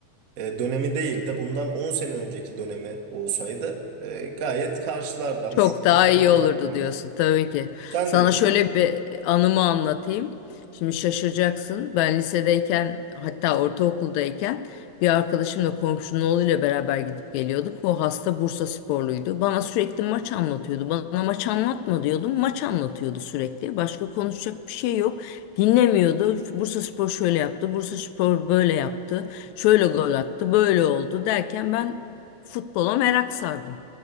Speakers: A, on the right; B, on the left.
A: e, dönemi değil de bundan 10 sene önceki dönemi olsaydı e, gayet karşılardı ama
B: Çok
A: şu
B: daha
A: an bence
B: iyi olurdu
A: karşılamıyor.
B: diyorsun tabii ki.
A: Sen
B: Sana
A: ne düşünüyorsun?
B: şöyle bir anımı anlatayım. Şimdi şaşıracaksın. Ben lisedeyken hatta ortaokuldayken bir arkadaşımla komşunun oğluyla beraber gidip geliyorduk. O hasta Bursa sporluydu. Bana sürekli maç anlatıyordu. Bana maç anlatma diyordum. Maç anlatıyordu sürekli. Başka konuşacak bir şey yok. Dinlemiyordu. Bursa Spor şöyle yaptı. Bursa Spor böyle yaptı. Şöyle gol attı. Böyle oldu derken ben futbola merak sardım.